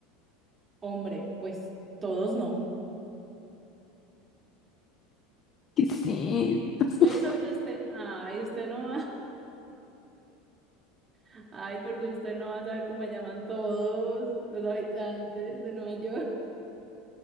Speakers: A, on the right; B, on the left.
A: Hombre, pues todos no.
B: ¿Qué es <laughs>
A: Pues porque usted, ay, usted no va, <laughs> ay, porque usted no va a saber cómo me llaman todos los habitantes de Nueva York.